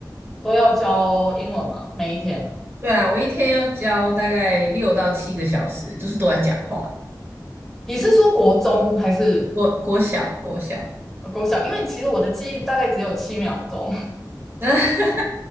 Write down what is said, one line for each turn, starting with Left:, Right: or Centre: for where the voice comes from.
Centre: 都要教英文吗？每一天？
Right: 对啊，我一天要教大概六到七个小时，就是都在讲话。
Centre: 你是说国中还是
Right: 国国小，国小，
Centre: 呃国小？因为其实我的记忆大概只有七秒钟，
Right: <laughs>